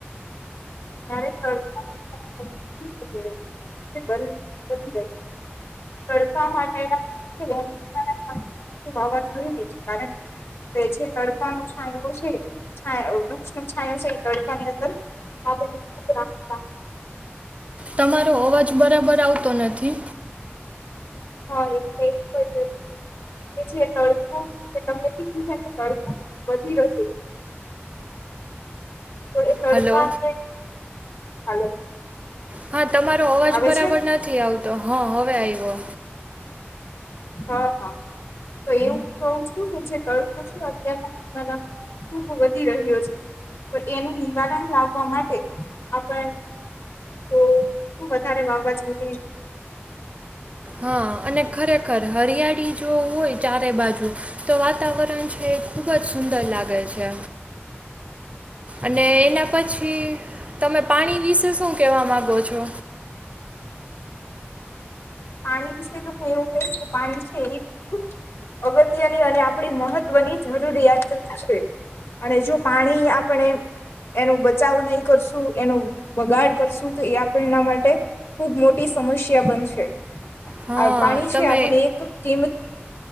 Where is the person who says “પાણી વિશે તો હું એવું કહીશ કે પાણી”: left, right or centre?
Left